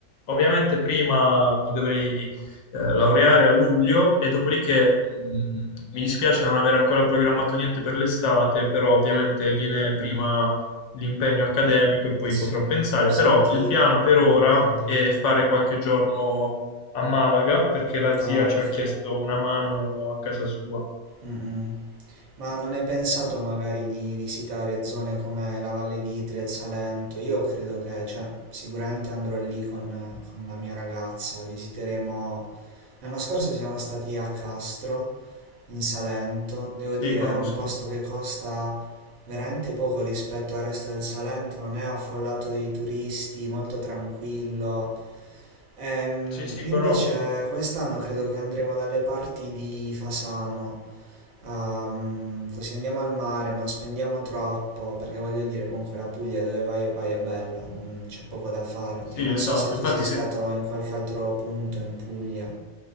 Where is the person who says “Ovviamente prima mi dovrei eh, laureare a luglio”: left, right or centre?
Left